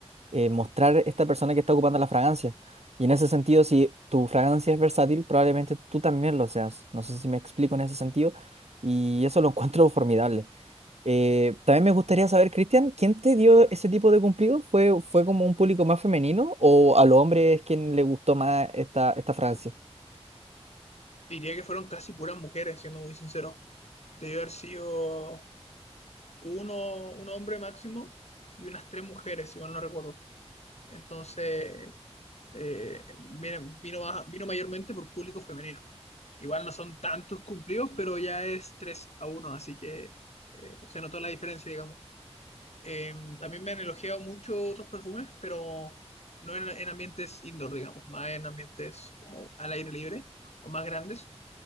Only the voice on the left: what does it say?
Diría que fueron casi puras mujeres, siendo muy sincero. Debió haber sido uno, un hombre máximo y unas tres mujeres, si mal no recuerdo. Entonces, eh, viene- vino, baja- vino mayormente por público femenino. Igual no son tantos cumplidos, pero ya es 3 a uno así que eh, se notó la diferencia, digamos. Eh, también me han elogiado mucho otros perfumes, pero no en, en ambientes indoor, digamos, más en ambientes como al aire libre o más grandes.